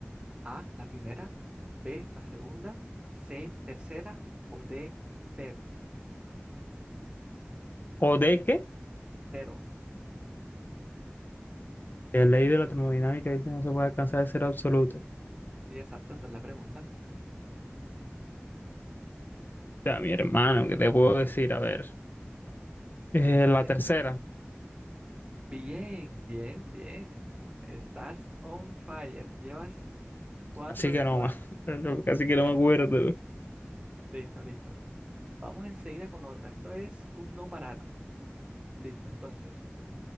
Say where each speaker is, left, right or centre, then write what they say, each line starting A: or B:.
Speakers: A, on the right; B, on the left.
A: A, la primera, B, la segunda, C, tercera o D, cero.
B: ¿O de qué?
A: Cero.
B: La ley de la termodinámica dice no se puede alcanzar el cero absoluto. O
A: Sí, exacto, esa es la pregunta.
B: sea, mi hermano, ¿qué te puedo decir? A ver, eh,
A: Piensa,
B: la
A: piensa.
B: tercera,
A: Bien, bien, bien. Estás on fire. Llevas cuatro
B: así
A: de
B: que no,
A: cuatro.
B: <laughs> casi que no
A: <laughs>
B: me acuerdo.
A: Listo, listo. Vamos enseguida con otra. Esto es un no parar. Listo, entonces.